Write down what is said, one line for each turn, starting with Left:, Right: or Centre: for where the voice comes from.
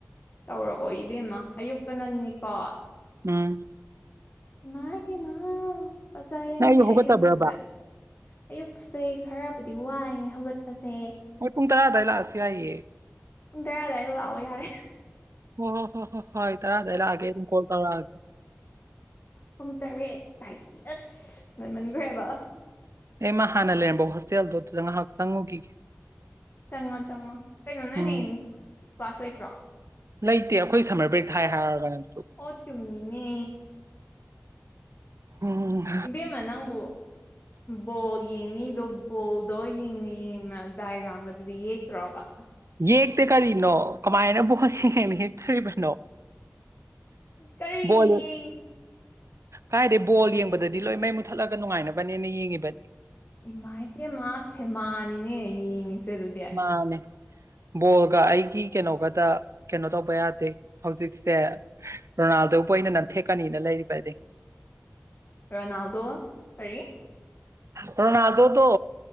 Left: ꯇꯧꯔꯛꯑꯣ ꯏꯕꯦꯝꯃ ꯑꯌꯨꯛꯇ ꯅꯟꯅꯤꯀꯣ꯫
Right: ꯎꯝ
Left: ꯏꯃꯥꯏ ꯄꯦꯝꯃꯥ ꯐꯖꯔꯦꯅꯦ
Right: ꯅꯪ ꯑꯩ ꯍꯧꯒꯠꯇꯕ꯭ꯔꯕ
Left: ꯑꯌꯨꯛꯇ ꯑꯌꯨꯛꯁꯦ ꯈꯔꯕꯨꯗꯤ ꯋꯥꯏꯅꯦ ꯍꯧꯒꯠꯄꯁꯦ꯫
Right: ꯍꯣꯏ ꯄꯨꯡ ꯇꯔꯥ ꯑꯗꯥꯏ ꯂꯥꯛꯑꯁꯨ ꯌꯥꯏꯌꯦ꯫
Left: ꯄꯨꯡ ꯇꯔꯥ ꯑꯗꯨꯋꯥꯏꯗ ꯂꯥꯛꯑꯣ ꯌꯥꯔꯦ꯫
Right: ꯎꯝ ꯎꯝ ꯍꯣꯏ ꯇꯔꯥ ꯗꯥꯏ ꯂꯥꯛꯑꯒꯦ ꯀꯣꯜ ꯇꯧꯔꯒꯦ꯫
Left: ꯄꯨꯡ ꯇꯔꯦꯠ ꯀꯥꯏꯗꯗꯤ ꯑꯁ ꯉꯟꯃꯟꯈ꯭ꯔꯦꯕ꯫
Right: ꯑꯩ ꯃꯥ ꯍꯥꯟꯅ ꯂꯩꯔꯝꯕ ꯍꯣꯁꯇꯦꯜꯗꯣ ꯑꯗꯨꯗ ꯉꯥꯏꯍꯥꯛ ꯆꯪꯉꯨꯈꯤꯒꯦ꯫
Left: ꯆꯪꯉꯣ- ꯆꯪꯉꯣ ꯀꯩꯅꯣ ꯅꯣꯏ
Right: ꯎꯝ
Left: ꯍꯌꯦꯡ ꯀ꯭ꯂꯥꯁ ꯂꯩꯇ꯭ꯔꯣ?
Right: ꯂꯩꯇꯦ ꯑꯩꯈꯣꯏ ꯁꯝꯃꯔ ꯕ꯭ꯔꯦꯛ ꯊꯥꯏ ꯍꯥꯏꯔꯒ ꯅꯪꯁꯨ꯫
Left: ꯑꯣ ꯆꯨꯝꯃꯤꯅꯦ
Right: ꯎꯝ
Left: ꯏꯕꯦꯝꯃ ꯅꯪꯕꯨ ꯕꯣꯜ ꯌꯦꯡꯅꯤꯗꯣ ꯕꯣꯜꯗꯣ ꯌꯦꯡꯅ- ꯌꯦꯡꯅ ꯗꯥꯏꯒ꯭ꯔꯥꯝꯒꯗꯨꯗꯤ ꯌꯦꯛꯇ꯭ꯔꯣꯕ?
Right: ꯌꯦꯛꯇꯦ ꯀꯔꯤꯅꯣ ꯀꯃꯥꯏꯅꯕꯨ <unintelligible> ꯇ꯭ꯔꯤꯕꯅꯣ
Left: ꯀꯔꯤꯒꯤ
Right: ꯕꯣꯜ
Left: ꯌꯦꯡ
Right: ꯀꯥꯏꯗꯩ ꯕꯣꯜ ꯌꯦꯡꯕꯗꯗꯤ ꯂꯣꯏ ꯃꯩ ꯃꯨꯠꯊꯠꯂꯒ ꯅꯨꯡꯉꯥꯏꯅꯕꯅꯦꯅ ꯌꯦꯡꯉꯤꯕꯅꯤ꯫
Left: ꯏꯃꯥꯏ ꯄꯦꯝꯃꯥ ꯁꯦꯃꯥꯥꯅꯤꯅꯦ ꯌꯦꯡꯉꯤꯁꯦ ꯑꯗꯨꯗꯤ꯫
Right: ꯃꯥꯅꯤ ꯕꯣꯜꯒ ꯑꯩꯒꯤ ꯀꯩꯅꯣꯒ ꯇ ꯀꯩꯅꯣ ꯇꯧꯕ ꯌꯥꯗꯦ ꯍꯧꯖꯤꯛꯁꯦ ꯔꯣꯅꯥꯜꯗꯕꯨ ꯑꯩꯅ ꯅꯝꯊꯦꯛꯀꯅꯤꯅ ꯂꯩꯔꯤꯕꯅꯤ꯫
Left: ꯔꯣꯅꯥꯜꯗꯣ ꯀꯔꯤ?
Right: ꯔꯣꯅꯥꯜꯗꯣꯗꯣ